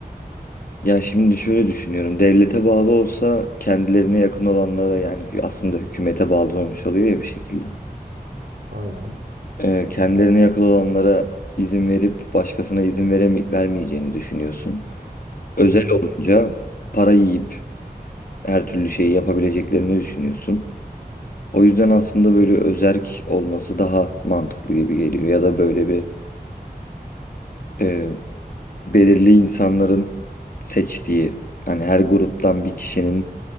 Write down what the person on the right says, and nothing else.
Aynen.
Hı hı.